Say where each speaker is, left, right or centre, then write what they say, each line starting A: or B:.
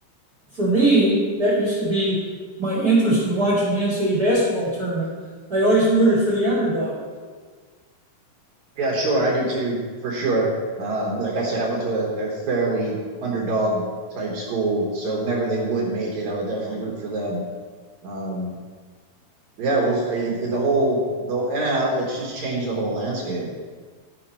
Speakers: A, on the right; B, on the right.
A: for me, that used to be my interest in watching the NCAA basketball tournament. I always rooted for the underdog.
B: Yeah, sure, I do too, for sure. Um, like I said, I went to a, a fairly underdog type school, so whenever they would make it, I would definitely root for them. Um, yeah, well, it, it- the whole the and uh, it's just changed the whole landscape.